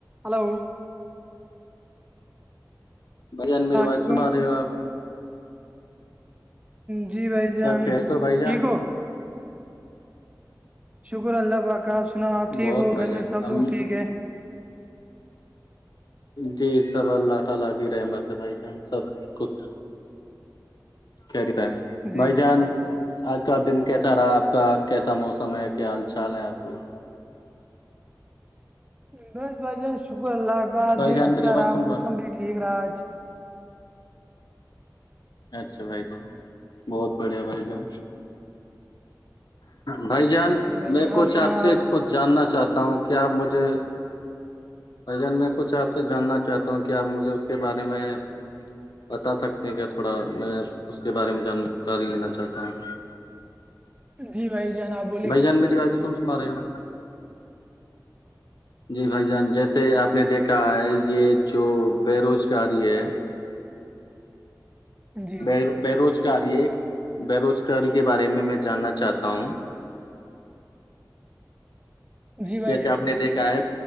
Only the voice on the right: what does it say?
ہلو
السلام
علیکم
جی بھائی جان
ٹھیک ہو شکر اللہ واقع آپ سناو آپ ٹھیک
ہو
گھر
میں سب
لوگ ٹھیک ہے
جی
بس بھائی جان شکر اللہ کا
دن
اچھا
رہا
موسم
بھی ٹھیک رہا آج
جی بھائی
جان
سنا
جی بھائی جناب
<inaudible> <inaudible>
جی
جی بھائی